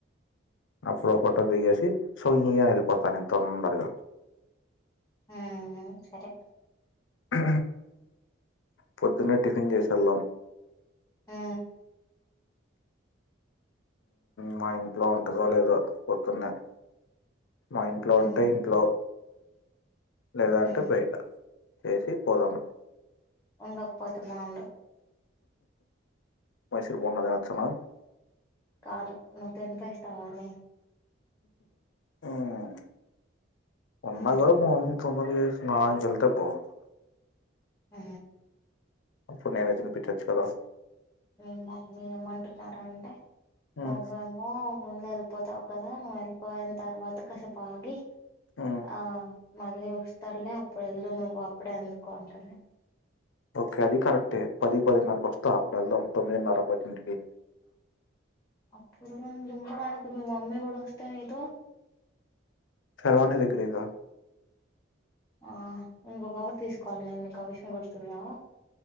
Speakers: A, on the left; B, on the left.
A: అప్పుడో ఫోటో దిగేసి సో యిని ఎళ్ళపోత తొందరగా
B: ఆ సరే
A: హు పొద్దున్నే టిఫిన్ చేసి వెళ్దాం
B: ఆ ఆ
A: మా ఇంట్లో ఉంటాదో లేదొ పొద్దున్నే మా ఇంట్లో
B: ఆ
A: ఉంటే ఇంట్లో లేదా
B: ఆ
A: అంటే బయట చేసి పోదాం
B: ఉండకపోతే బాగుండు
A: మైసూర్ బోండ తినొచ్చు అనా
B: కాదు నువ్వు తినిపిస్తావని
A: ఉమ్ ఉన్నా
B: ఆ
A: కూడా మా మమ్మీ తొందరగా చేసి స్నానానికి వెళ్తే బాగుండు
B: ఆ
A: అప్పుడు నేనే తినిపించచ్చు కదా
B: మీ మమ్మీ ఏమి అంటున్నారు అంటే
A: ఉమ్
B: నువ్వు ఏమో ముందు వెళ్ళిపోతావు కదా నువ్వు వెళ్ళిపోయిన తర్వాత కసేపు ఆగి
A: ఉమ్
B: ఆ మళ్ళీ వస్తాడులే అప్పుడు ఎల్దువులే నువ్వు అప్పుడే ఎందుకు అంటుంది
A: ఓకే అది కరెక్టే పది పదిన్నరకు వస్తా అప్పుడు వెళ్దాం తొమ్మిదిన్నర పతింటికి
B: అప్పుడు నన్ను దింపడానికి మీ మమ్మీ కూడా వస్తే నీతో
A: సరే వాణి దగ్గరికి రా
B: ఆ ఇంకొ కవర్ తీసుకోవాలి నేను నీకు ఆ విషం గుర్తుందా